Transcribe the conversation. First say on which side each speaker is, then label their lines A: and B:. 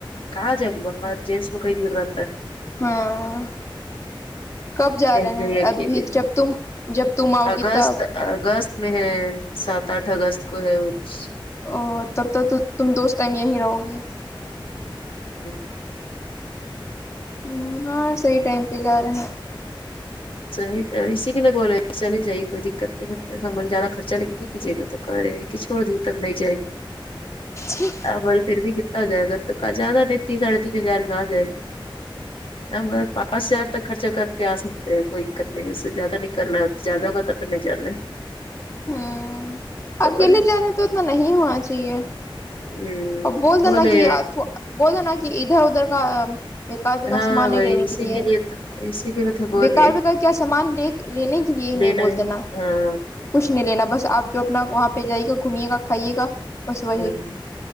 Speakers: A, on the left; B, on the left.
A: کہاں جؤ گی جینٹس میں کئی دور رہ
B: ہاں کب جا
A: کہیں
B: رہے
A: کہیں
B: ہیں
A: اکیلے
B: ابھی جب تم جب تم آؤ
A: اگست
B: گی تب
A: اگست میں ہے سات آٹھ اگست کو ہے کچھ
B: او تب تک تو تم تو اس ٹائم یہیں رہو گی
A: ہوں
B: ہمم ہاں صحیح ٹائم پہ جا رہے ہیں
A: صحیح اسی کے لیے بول رہے چلی نہیں جاہیے کوئی دقت نہیں ہے ہم زیادہ خرچہ لیجئے کے بھی کیجیے گا تو کرے کہ چھوڑ دیے تب نہیں جائے گی
B: ج
A: مل پھر بھی کتنا جائے گا تو زیاد نہیں تین ساڑھے تین ہزار میں آ جائ گے ا پانچ ہزار تک خرچہ کر کے آ سکتے ہیں کوئی دقت نہیں ہے اسے زیادہ نہیں کرنا ہے زیادہ ہوگا تو پھر نہیں جانا ہے
B: ہمم
A: تو
B: اکیلے
A: بولے
B: جانے تو اتنا نہیں ہونا چاہیے
A: ہوں
B: ا بول
A: تو
B: دو
A: بولے
B: نا کہ بول دو نا کہ ادھر ادھر کا بیکار بکار
A: ہاں
B: سامان
A: وہی
B: نہیں لینے
A: اسی
B: کے لیے
A: تو اسی کے لیے تو بولے
B: بیکار بیکار کیا سامان لے لینے کے لیے ہی
A: لینا
B: نہیں بول
A: ہے
B: دینا
A: ہاں
B: کچھ نہیں لینا بس آپ جو اپنا وہاں پہ جائی گا گھومیے گا کھائیے گا بس وہی
A: ہوں